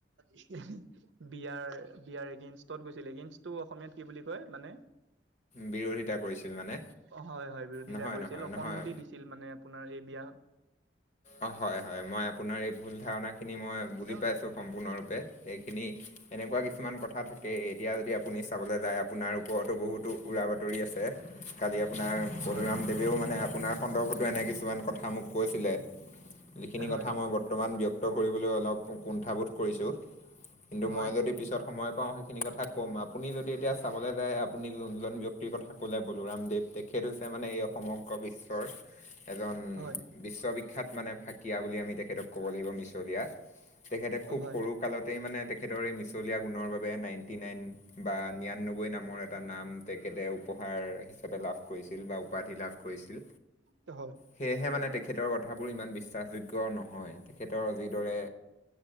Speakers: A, on the right; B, on the left.
A: <unintelligible> বিয়াৰ বিয়াৰ এগেইনষ্টত গৈছিল এগেইনষ্টটো অসমীয়াত কি বুলি কয় মানে
B: বিৰোধিতা কৰিছিল মানে
A: অ হয় হয় বিৰোধিতা
B: নহয়
A: কৰিছিল,
B: নহয়
A: অসন্মতি
B: নহয়
A: দিছ ছিল মানে আপোনাৰ এই বিয়া
B: অ হয় হয় মই আ পোনাৰ এই ভুল ধাৰণাখিনি মই বুজি
A: হয়
B: পাইছোঁ সম্পূৰ্ণৰূপে এইখিনি এনেকুৱা কিছুমান কথা থাক কে এতিয়া যদি আপুনি চাবলৈ যায় আপোনাৰ ওপৰতো বহুতো উৰা বাতৰি আছে। কালি আপোনাৰ প্ৰধুৰামদেৱেও
A: হয়
B: মানে আপোনাৰ সন্দৰ্ভতো এনে কিছুমান কথা মোক কৈছিলে। যিখিনি
A: হয়
B: কথা মই বৰ্তমান ব্যক্ত কৰিবলৈ অলপ কুণ্ঠাবোধ কৰিছোঁ কিন্তু
A: হয়,
B: মই যদি পিছত সময় পাওঁ সেইখিনি কথা ক'ম আপুনি যদি এতিয়া চাবলৈ যায় আপুনি যোনজন ব্যক তিৰ কথা ক'লে বলোৰামদেৱ তেখেত হৈছে মানে এই সমগ্ৰ বিশ্বৰ এজন
A: হয়,
B: বিশ্ববিখ্যাত মানে ফাঁকীয়া বুলি আমি তেখেতক ক'ব লাগিব মিছলীয়া, তেখেতে খুব
A: হয়,
B: সৰু কালতেই মানে তেখেতৰ এই মিছলীয়া গুণৰ বাবে নাইণ্টি নাইন বা নিৰান্নব্বৈ নামৰ এটা নাম তেখেতে উপহাৰ হিচাপে লাভ কৰিছিল বা উপাধি লাভ কৰিছিল।
A: ত হয়।
B: সেয়েহে মানে তেখেতৰ কথাবোৰ ইমান বিশ্বাসযোগ্য নহয় তেখেতৰ যিদৰে